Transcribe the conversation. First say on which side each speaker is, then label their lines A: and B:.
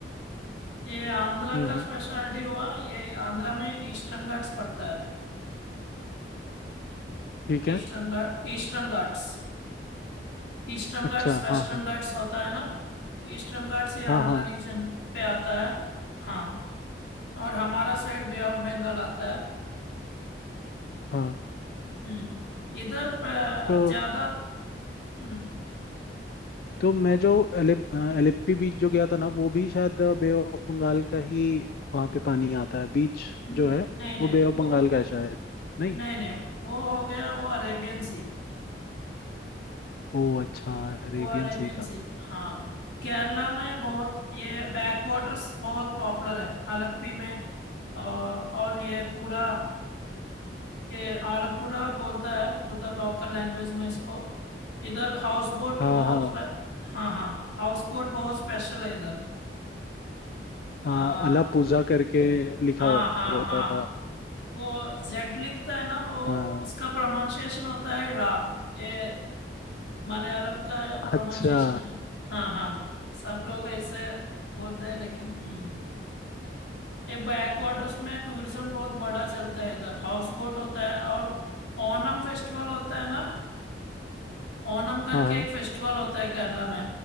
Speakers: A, on the left (about 75°); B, on the left (about 55°).
A: ये आंध्रा
B: हम्म
A: का
B: हम्म,
A: स्पेशलिटी हुआ ये आंध्रा में ईस्टर्न घाट्स पड़ता है
B: ठीक है
A: ईस्टर्न घाट Eastern Ghats Eastern
B: अच्छा
A: Ghats Western
B: हाँ हाँ
A: Ghats होता है ना ईस्टर्न घाट्स ये
B: हाँ
A: आंध्रा
B: हाँ
A: रीजन पे आता है हाँ और हमारा साइड बे ऑफ बंगाल आता है
B: हाँ
A: हम्म, इधर प-
B: तो
A: ज्यादा हम्म,
B: तो मैं जो एलेप एलेप्पी बीच जो गया था ना वो भी शायद बे ऑफ बंगाल का ही वहां पे पानी आता है बीच
A: नहीं
B: जो है
A: नहीं
B: वो बे ऑफ
A: वो
B: बंगाल का है शायद नहीं
A: नहीं नहीं वो हो गया वो अरेबियन सी
B: ओ अच्छा अरेबियन
A: वो अरेबियन
B: सी
A: सी
B: का
A: हाँ केरला में बहुत ये बैक वाटर्स बहुत पॉपुलर है आलप्पी में और और ये पूरा ये आलपुरा बोलता है उधर लोकल लैंग्वेज में इसको इधर हाउस बोट
B: हाँ
A: बहुत
B: हाँ
A: फ- हाँ हाँ हाउस बोट बहुत स्पेशल है इधर आ,
B: हाँ अलापुजा करके लिखा
A: आ,
B: हुआ
A: हाँ
B: रहता
A: हाँ
B: था
A: वो जेड लिखता है ना वो
B: हाँ
A: उसका प्रोनाउंसिएशन होता है रा ये मलयालम का प्रोनाउंसिएशन
B: अच्छा
A: है हाँ हाँ सब लोग ऐसे बोलते हैं लेकिन हम्म ये बैक वाटर्स में टूरिज्म बहुत बड़ा चलता है इधर हाउस बोट होता है और ओनम फेस्टिवल होता है ना ओनम करके
B: हाँ हाँ
A: एक फेस्टिवल होता है केरला में